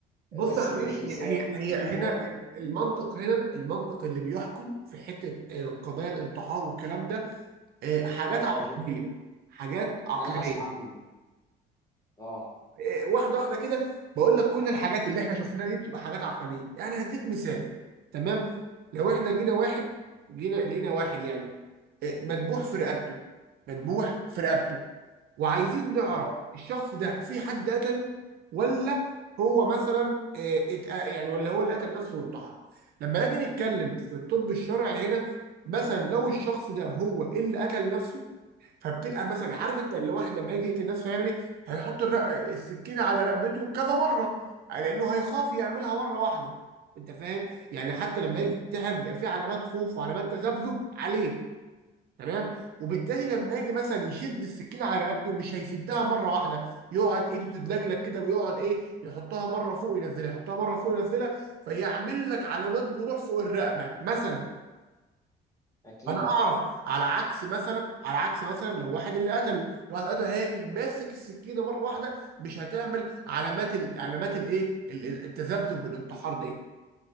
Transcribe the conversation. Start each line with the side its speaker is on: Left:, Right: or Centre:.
Right: بص
Left: بس
Right: يا حبيبي
Left: ما فيش رساله
Right: هي
Left: يعني
Right: هي
Left: دليل
Right: هنا
Left: واضح
Right: المنطق
Left: إن في-
Right: هنا المنطق اللي بيحكم في حته آه، قضايا الانتحار والكلام ده آه، حاجات
Left: اه
Right: عقلانيه
Left: جوه
Right: حاجات عقلانيه
Left: انا هسمع منك اه
Right: إيه، واحده واحده كده بقول لك كل الحاجات اللي احنا شفناها دي بتبقى حاجات عقلانيه يعني هديك مثال تمام لو احنا جينا واحد
Left: تمام
Right: جينا لقينا واحد يعني إيه، مذبوح في رقبته مذبوح في رقبته وعايزين نعرف
Left: اه
Right: الشخص ده في حد قتله ولا هو مثلا إيه، اتق- يعني ولا هو اللي قتل نفسه وانتحر لما نيجي نتكلم في الطب الشرعي هنا مثلا لو الشخص ده هو اللي قتل نفسه فبتبقى مثلا عارف انت اللي واحد لما يجي يقتل نفسه هيعمل ايه؟ هيحط الرق... السكينه على رقبته كذا مره لانه هيخاف يعملها مره واحده انت فاهم؟ يعني حتى
Left: اكيد
Right: لما يجي ينتحر بيبقى في علامات خوف وعلامات تذبذب عليه تمام؟ وبالتالي
Left: اكيد
Right: لما يجي مثلا يشد السكينه على رقبته مش هيشدها مره واحده يقعد ايده تتلجلج كده ويقعد ايه يحطها مره فوق ينزلها يحطها مره فوق ينزلها فيعمل لك علامات جروح فوق الرقبه مثلا
Left: اكيد
Right: فانا اعرف على عكس مثلا على عكس مثلا لو واحد اللي قتله لو واحد قتله هاجي ماسك السكينه مره واحده مش هتعمل علامات ال... علامات الايه ال- التذبذب والانتحار دي